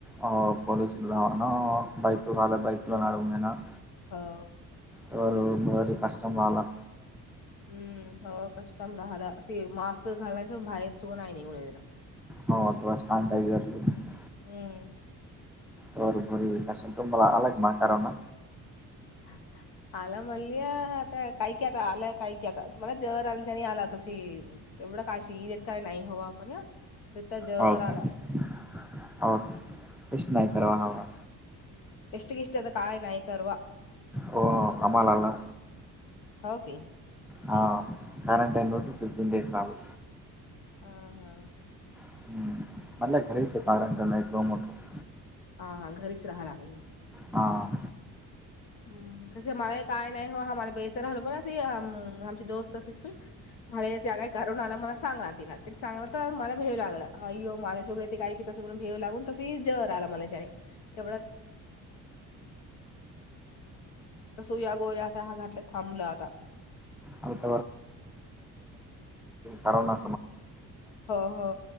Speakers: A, in the centre; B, on the left.
A: हो पलूसला ना बायको रा बायकोला <unintelligible> नेणार.
B: हो.
A: बर बर, कस्टमर आला.
B: हम्म हो कष्टम राहाला स मास्क घाल नाही स बाहेर <unintelligible>
A: हो अथवा सॅनिटायझर <unintelligible>
B: हम्म.
A: बर बर असलं तुम्हाला अलाग म्हातारा ना.
B: <unintelligible> आला म्हणली आता काय की आता आलं काय की आता तुम्हाला जर आल आणि आला तशी. तेवढं काय सिरियस काही नाही, हव आपण या ते तर जर
A: हो
B: आल.
A: <unintelligible>
B: <unintelligible>
A: करावा हवा हो
B: तिथं
A: आम्हाला ला
B: हो की
A: हा कॉरंटाईन <unintelligible> मिच राहिलो.
B: हा हा..
A: <unintelligible>
B: हा हा.. घरीच राहा लागलं.
A: हां..
B: <unintelligible> मला काय करुणाला मला सांगणार, तिं त सांगलं तर मला भेऊू लागलं आ्यो मलाच वगैरे ते काय. तिच्यासोबत भेव लागून तस जर आला <unintelligible> <unintelligible> तर सुया गोऱ्या हा, घाटलं थांबलं आता.
A: <unintelligible> करोना
B: हो हो